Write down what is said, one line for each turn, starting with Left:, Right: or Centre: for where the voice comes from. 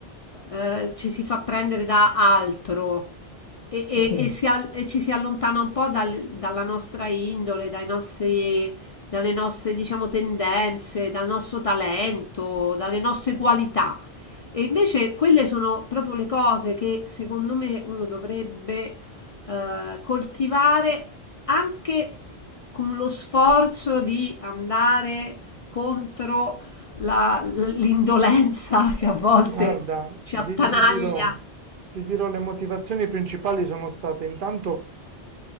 Left: eh, ci si fa prendere da altro e,
Right: Sì.
Left: e- e Sì. e, si al- e ci si allontana un po' dal- dalla nostra indole, dai nostri- dalle nostre, diciamo, tendenze, dal nostro talento, dalle nostre qualità. E invece quelle sono proprio le cose che secondo me uno dovrebbe eh, coltivare anche con lo sforzo di andare contro la- l'indolenza <laughs> che a volte
Right: Guarda,
Left: ci
Right: di-
Left: attanaglia.
Right: ti dirò, ti dirò, le motivazioni principali sono state intanto <clears throat>